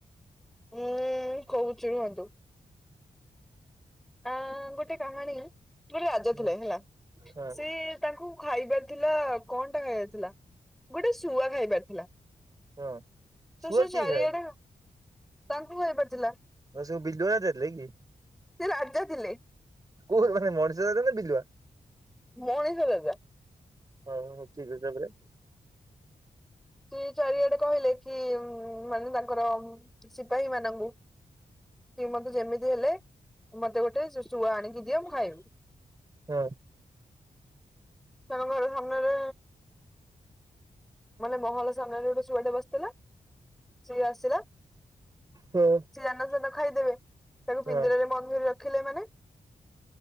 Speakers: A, in the centre; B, on the right (about 25°).
A: ହୁଁ କହୁଛି ରୁହନ୍ତୁ। ଆଁ ଗୋଟେ କାହାଣୀ ଗୋଟେ ରାଜା
B: ହଁ
A: ଥିଲେ ହେଲା।
B: ହଁ
A: ସେ ତାକୁ ଖାଇବାର ଥିଲା, କଣଟା ଖାଇବାର ଥିଲା ଗୋଟେ ଶୁଆ ଖାଇବାର ଥିଲା।
B: ହଁ
A: ତ
B: ଶୁଆ
A: ସେ
B: କିଏ
A: ଚାରିଆଡେ
B: ଖାଏ?
A: ତାଙ୍କୁ ଖାଇବାର ଥିଲା।
B: ଓ ସଉ ବିଲୁଆ ଦେଲେ କି?
A: ସେ ରାଜା ଥିଲେ
B: ଓ ସେ ମଣିଷ ଜାଗା ନା ବିଲୁଆ ଜାଗା?
A: ମଣିଷ ଜାଗା।
B: ହଁ ହଉ ଠିକ୍ ଅଛି ତାପରେ।
A: ଦୁଇ ଚାରିଆଡେ କହିଲେ କି କି ମାନେ ତାଙ୍କର ସିପାହୀ ମାନଙ୍କୁ କି ଯେମିତି ହେଲେ ମତେ ଗୋଟେ ସେ ଶୁଆ ଆଣିକି ଦିଅ ମୁଁ ଖାଇବି। <inaudible>
B: ହଁ
A: ତାଙ୍କ ଘର ସାମ୍ନାରେ ମାନେ ମହଲ ସାମ୍ନାରେ ଗୋଟେ ଶୁଆଟେ ବସିଥିଲା। ସିଏ ଆସିଲା,
B: ହଁ
A: ସିଏ ଜାଣିନଥିଲା ତାକୁ ଖାଇଦେବେ ତାକୁ
B: ହଁ
A: ପିଞ୍ଜରାରେ ବନ୍ଦୀ ରଖିଲେ ମାନେ